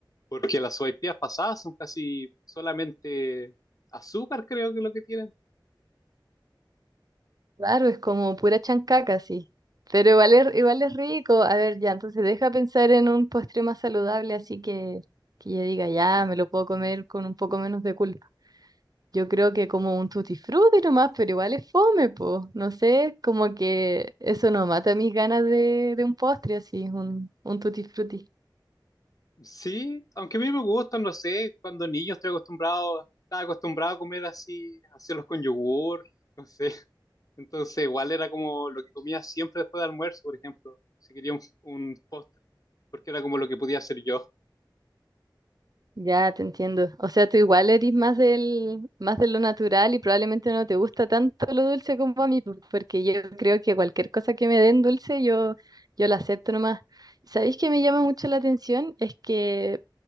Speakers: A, on the left; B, on the right.
A: Porque las sopaipillas pasadas son casi solamente azúcar, creo que es lo que tienen.
B: Claro, es como pura chancaca, sí. Pero igual es, igual es rico. A ver, ya, entonces deja pensar en un postre más saludable, así que que ya diga, ya, me lo puedo comer con un poco menos de culpa. Yo creo que como un tutti frutti nomás, pero igual es fome, po. No sé, como que eso no mata mis ganas de, de un postre así, un, un tutti frutti.
A: Sí, aunque a mí me gustan, no sé, cuando niño estoy acostumbrado, estaba acostumbrado a comer así, hacerlos con yogur, no sé. <laughs> Entonces, igual era como lo que comía siempre después del almuerzo, por ejemplo, si quería un, un postre, porque era como lo que podía hacer yo. <laughs>
B: Ya te entiendo. O sea, tú igual eres más del, más de lo natural y probablemente no te gusta tanto lo dulce como a mí, po, porque yo creo que cualquier cosa que me den dulce, yo, yo la acepto nomás. ¿Sabéis que me llama mucho la atención? Es que